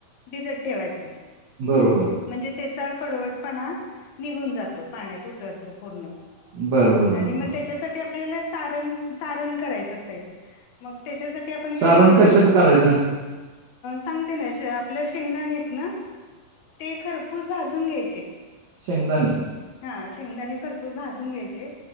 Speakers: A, on the left; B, on the right.
A: भिजतं ठेवायचं
B: बरोबर
A: म्हणजे त्यांचा कडवटंपणा निघूंन जातो पाण्यांत उतरतो पूर्ण
B: बरं, बरं,
A: आणि
B: बरं,
A: मंग
B: बरं.
A: त्यांच्या आपल्या स संण करायचं असं मं त्यांच्या आपणं कायं
B: सारण
A: करायचं
B: कशाचं करायचं?
A: सांगते ना आपल्या शेंगदाणे आहेतं नां ते खरपूंस भाजूंन घ्यायचे
B: शेंगदांणे
A: हां शेंगदांणे खरपूंर भाजूंन घ्यायचे